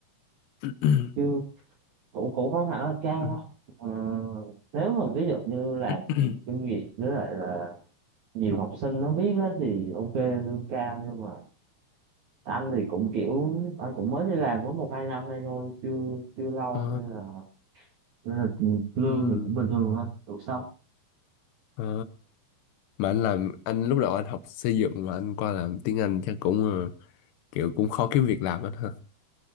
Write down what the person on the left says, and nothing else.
Ừ,
ừ,
ừ, ừ,
ừ.
Ờ,
ừ,
ờ. mà anh làm anh lúc đầu anh học xây dựng mà anh qua làm tiếng Anh chắc cũng ờ, kiểu cũng khó kiếm việc làm anh ha